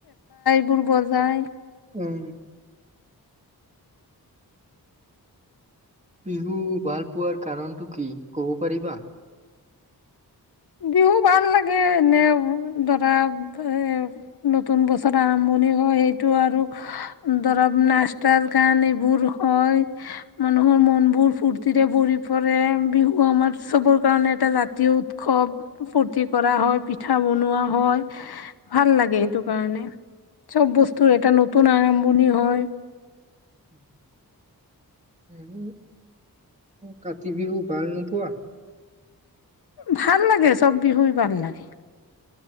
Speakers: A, on the left; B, on the right.
A: দুল বজায়
B: উম বিহু ভাল পোৱাৰ কাৰণটো কি কব পাৰিবা
A: বিহু ভাল লাগে এনে ধৰা এ নতুন বছৰ আৰম্ভণি হয় সেইটো আৰু দৰব নাস্তা গান এইবোৰ হয় মানুহৰ মন বোৰ ফূুৰ্তিৰে ভৰি পৰে বিহু আমাৰ চবৰ কাৰণে এটা জাতীয় উৎস খুব ফূৰ্তি কৰা হয় পিঠা বনোৱা হয় ভাল লাগে সেইটো কাৰণে চব বস্তুৰ এটা নতুন নতুন আৰম্ভণি হয়
B: উম <unintelligible> কাতি বিহু ভাল নোপোৱা
A: ভাল লাগে চব বিহু ভাল লাগে